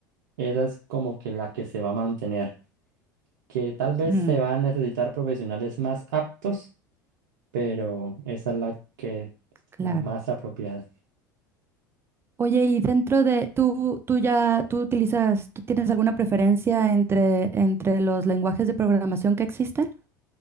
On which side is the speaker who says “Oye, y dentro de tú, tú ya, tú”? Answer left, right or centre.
Right